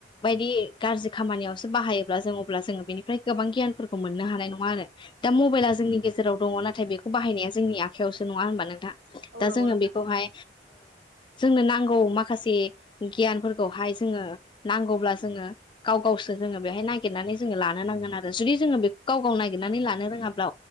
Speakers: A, on the left; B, on the right.
A: बायदि गाज्रि खामानियावसो बाहायोब्ला जों। बेनि गोबां गियानफोरखौ मोननो हानाय नङा आरो दा मबाइला जोंनि गेजेराव दङ नाथाय बेखौ बाहायनाय। जोंनि आखायावसो नङा होनबा नोंथां
B: औ
A: दा
B: नंगौ
A: जोङो
B: नोंथां
A: बेखौहाय। जोंनो नांगौ माखासे गियानफोरखौहाय जोङो नांगौब्ला जोङो गाव गावसो जोङो बेहाय नाय। नानै जोङो लानो नांगोन आरो जुदि जोङो बेखौ गाव गाव नागिरनानै लानो रोङाब्ला